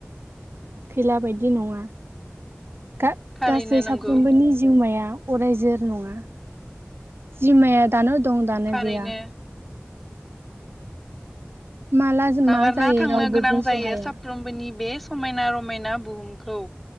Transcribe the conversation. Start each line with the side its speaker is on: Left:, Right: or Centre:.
Right: खैला बायदि नङा। गा
Centre: थारैनो
Right: गासै
Centre: नंगौ
Right: साफ्रोमबोनि जिउमाया अरायजोर नङा। जिउमाया दानो दं दानो
Centre: थारैनो
Right: गैया। माला
Centre: नागारना
Right: मा जायो
Centre: थांनो
Right: रावबो
Centre: गोनां
Right: बुंस'
Centre: जायो
Right: हाया
Centre: साफ्रोमबोनि बे समायना रमायना बुहुमखौ।